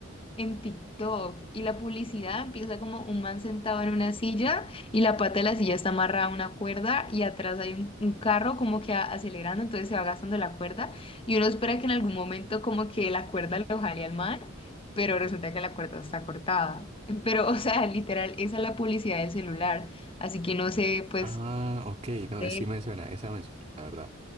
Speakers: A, on the left; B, on the right.
A: en TikTok y la publicidad empieza como un man sentado en una silla y la pata de la silla está amarrada a una cuerda y atrás hay un, un carro como que a- acelerando, entonces se va gastando la cuerda y uno espera que en algún momento como que la cuerda lo jale al man, pero resulta que la cuerda está cortada. <laughs> Pero, o sea, literal, esa es la publicidad del celular, así que no sé, pues...
B: Ah, ok, no,
A: Sí.
B: sí me suena, esa me suena, la verdad.